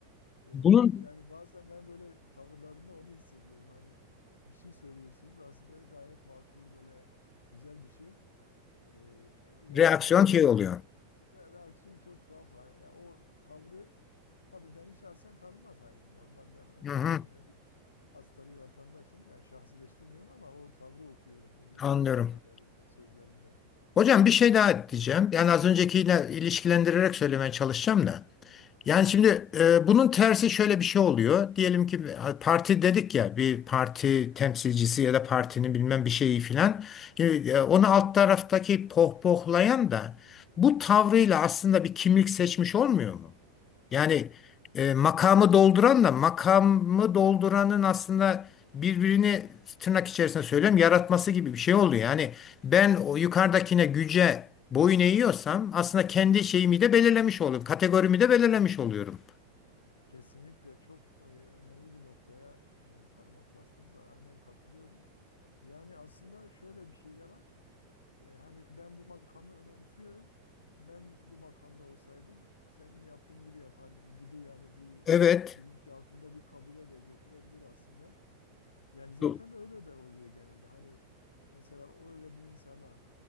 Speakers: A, on the left; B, on the left.
A: Ee,
B: Bunun
A: yani bazen ben böyle tavırlarında onu hissediyorum. Hani bir şey söylüyorsunuz aslında gayet makul böyle güzel bir şey. Ee, yani
B: reaksiyon
A: böyle
B: şey oluyor.
A: re- reaksiyon çok tuhaf. Yani ya o tavrı tabii beni şahsen tanımaz hani normal ben onun
B: Hı hı,
A: gözünden bir hasta bir vatandaşım. Yani şahsileştirmiyorum ama o tavrı okuyorum o gö-
B: anlıyorum.
A: şeylerinden, sözlerinden.
B: Hocam bir şey daha diyeceğim. Yani az öncekiyle ilişkilendirerek söylemeye çalışacağım da. Yani şimdi e, bunun tersi şöyle bir şey oluyor. Diyelim ki e, parti dedik ya bir parti temsilcisi ya da partinin bilmem bir şeyi filan. Şimdi, e, onu alt taraftaki pohpohlayan da bu tavrıyla aslında bir kimlik seçmiş olmuyor mu? Yani E, makamı dolduranla makamı dolduranın aslında birbirini tırnak içerisinde söylüyorum yaratması gibi bir şey oluyor. Yani ben o yukarıdakine güce boyun eğiyorsam aslında kendi şeyimi de belirlemiş oluyorum. Kategorimi de belirlemiş oluyorum.
A: Kesinlikle çok e, önemli bir noktaya e, parmak bastınız. Aynen katılıyorum. Yani aslında şöyle bir şey de var. E, hani ben bu makamı önemsiyorum. Ben bu makamda olsaydım senin yaptığın gibi yapardım gibi yani bir
B: Evet.
A: bilinç altında bir kabule de götürebilir aslında. Yani zaten
B: Do-
A: de öyle de oluyor genelde. Hani mesela öyle bir insana